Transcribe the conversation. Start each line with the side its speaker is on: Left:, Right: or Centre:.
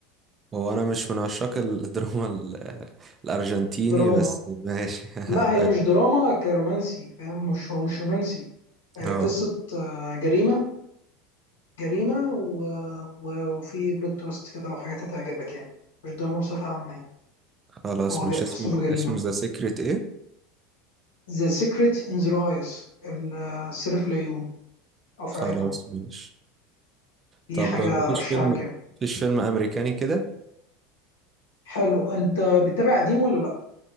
Right: هو أنا مش من عشاق الدراما ال... الأرجنتيني
Left: دراما
Right: بس ماشي <laughs> هبقى
Left: لا هي مش
Right: أشوف
Left: دراما كرومانسي فاهم مش هو مش رومانسي آه
Right: أه
Left: قصه آه جريمه جريمة و... و- وفي بلوت تويست كده وحاجات هتعجبك يعني مش دراما بصفة عامة يعني
Right: خلاص
Left: هو
Right: ماشي
Left: جا- تصنيفه
Right: اسمه
Left: جريمة
Right: اسمه ذا سيكريت إيه
Left: The Secret in Their Eyes ال- السر في العيون أو في
Right: خلاص
Left: عيونهم
Right: ماشي
Left: دي
Right: طب
Left: حاجة
Right: مفيش
Left: أرشحك
Right: فيلم
Left: جامد
Right: مفيش فيلم أمريكاني كده
Left: حلو أنت بتتابع قديم ولا لأ؟